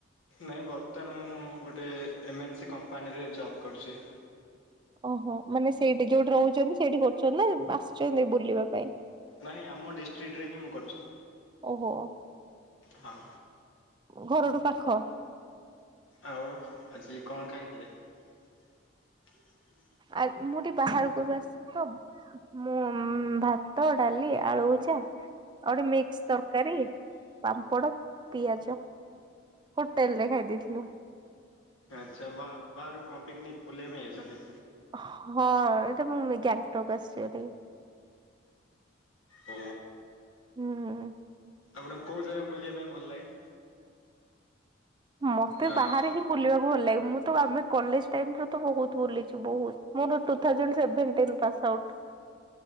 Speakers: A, on the left; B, on the right.
A: ନାଇଁ ବର୍ତ୍ତମାନ ମୁଁ ଗୋଟେ ଏମ୍ଏନ୍ ସି କମ୍ପାନୀରେ ଜବ୍ କରୁଛି।
B: ଓହୋ ମାନେ ସେଇଠି ଯୋଉଠି ରହୁଛନ୍ତି ସେଇଠି କରୁଛନ୍ତି ନା ଆସିଛନ୍ତି ବୁଲିବା ପାଇଁ
A: ନାହିଁ ଆମ ଡିଷ୍ଟ୍ରିକ୍ଟରେ ହିଁ ମୁଁ କରୁଛି
B: ଓହୋ
A: ହଁ
B: ଘରଠୁ ପାଖ
A: ଆଉ ଆଜି କଣ ଖାଇଥିଲେ ହୁଁ
B: ଆ ମୁଁ ଟିକି ବାହାରକୁ ଏବେ ଆସିଛି ତ ମୁଁ ଭାତ, ଡାଲି, ଆଳୁଭଜା। ଆଉଗୋଟେ ମିକ୍ସ ତରକାରୀ, ପାମ୍ପଡ, ପିଆଜ। ହୋଟେଲ ରେ ଖାଇ ଦେଇଇଥିଲୁ।
A: ଆଚ୍ଛା ବା ବାହାରୁ କଣ ପିକନିକ୍ ବୁଲିବା ପାଇଁ ଯାଇଛନ୍ତି?
B: ହଁ, ଏଇଠି ମୁଁ ଗ୍ୟାଙ୍ଗଟକ୍ ଆସିଛି ଭାରି।
A: ଓ
B: ହୁଁ।
A: ଆପଣଙ୍କୁ କୋଉ ଜାଗା ବୁଲିବା ପାଇଁ ଭଲ ଲାଗେ?
B: ହଁ, ମତେ
A: ଆଁ,
B: ବାହାରେ ହିଁ ବୁଲିବାକୁ ଭଲ ଲାଗେ। ମୁଁ ତ ଆମେ କଲେଜ୍ ଟାଇମ୍ ରେ ତ ବୋହୁତ୍ ବୁଲିଛୁ ବୋହୁତ୍। ମୁଁ ତ two thousand seventeen pass. Out.